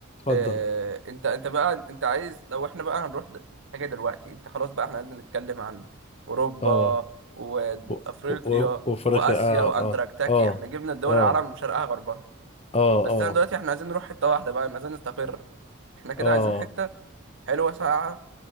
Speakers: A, on the left (about 30°); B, on the right (about 65°).
A: اتفضل
B: آه، انت انت بقى انت عايز لو احنا بقى هنروح د- حاجه دلوقتي انت خلاص بقى احنا قعدنا نتكلم عن اوروبا
A: اه
B: وافريقيا
A: و- و- و- وأفريقيا
B: واسيا
A: اه
B: واندراكتاكي
A: اه اه
B: احنا جبنا الدول
A: اه
B: العالم من شرقها غربها
A: اه
B: بس
A: اه
B: انا دلوقتي احنا عايزين نروح حته واحده بقى عايزين نستقر احنا كده
A: اه
B: عايزين حته حلوه ساقعه